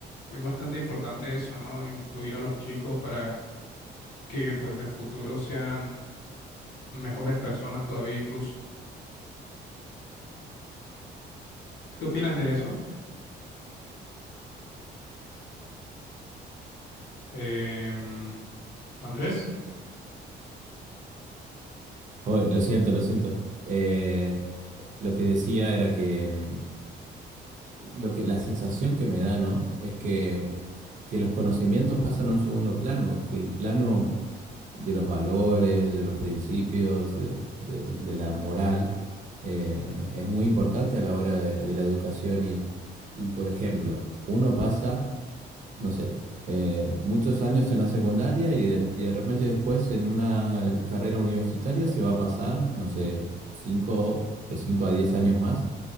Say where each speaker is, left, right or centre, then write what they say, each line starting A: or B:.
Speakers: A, on the left; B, on the right.
A: es bastante importante eso, ¿no? Influir a los chicos para que pues en el futuro sean mejores personas todavía incluso. ¿Qué opinas de eso? Em, Andrés,
B: Oye, lo siento, lo siento. Eh, lo que decía era que, mm, lo que la sensación que me da, ¿no? Es que, que los conocimientos pasan a un segundo plano, que el plano de los valores, de los principios, de, de- de la moral, eh, es muy importante a la hora de, de la educación y, y, por ejemplo, uno pasa, no sé, eh, muchos años en la secundaria y de, y de repente después en una carrera universitaria se va a pasar, no sé, cinco, de 5 a 10 años más.